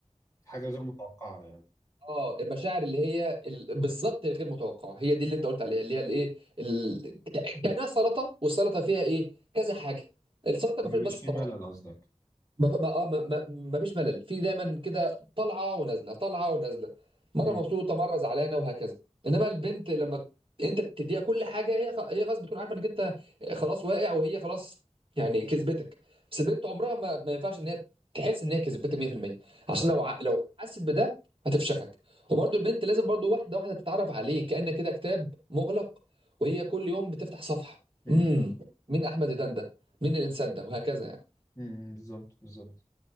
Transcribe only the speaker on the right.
اه المشاعر اللي هي ال- بالظبط الغير متوقعه هي دي اللي انت قلت عليها اللي هي الايه ال... كانها سلطه والسلطه فيها ايه كذا حاجه السلطه
ما
فيهاش بس
طماطم
ما ما اه ما ما ما فيش ملل في دايما كده طالعه ونازله طالعه ونازله مره
مبسوطه مره زعلانه وهكذا انما البنت لما انت تديها كل حاجه هي خ- هي خلاص بتكون عارفه انك انت خلاص واقع وهي خلاص يعني كسبتك بس البنت عمرها ما, ما ينفعش ان هي تحس ان هي كسبتك 100% عشان
لو ع- لو حست بده هتفشخك وبرده البنت لازم برده واحده واحده تتعرف عليه كأن كده كتاب مغلق وهي كل يوم بتفتح صفحه
امم مين احمد دندن ده مين الانسان ده وهكذا يعني